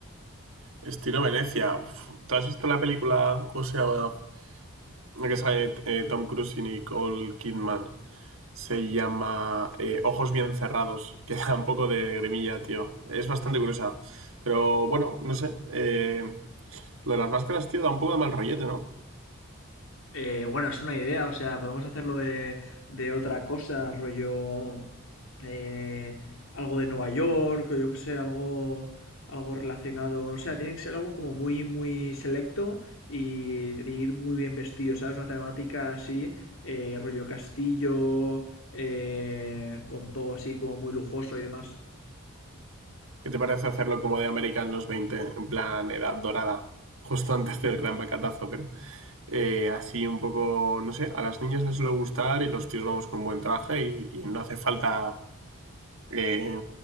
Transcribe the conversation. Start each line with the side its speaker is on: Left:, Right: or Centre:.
Right: Estilo Venecia. Uf, ¿Tú has visto la película, cómo se llama? La que sale eh, Tom Cruise y Nicole Kidman. Se llama eh, Ojos bien cerrados, que da un poco de grimilla, tío. Es bastante gruesa. Pero bueno, no sé. eh, lo de las máscaras, tío, da un poco de mal rollete, ¿no?
Left: Eh, bueno, es una idea, o sea, podemos hacerlo de, de otra cosa, rollo eh, algo de Nueva York, o yo qué sé, algo, algo relacionado, o sea, tiene que ser algo como muy, muy selecto y de ir muy bien vestido, ¿sabes? Una temática así, eh, rollo castillo, eh, con todo así como muy lujoso y demás.
Right: ¿Qué te parece hacerlo como de América en los 20, en plan edad dorada? Justo antes del gran bacatazo, pero eh, así un poco, no sé, a las niñas les suele gustar y los tíos vamos con un buen traje y, y no hace falta eh,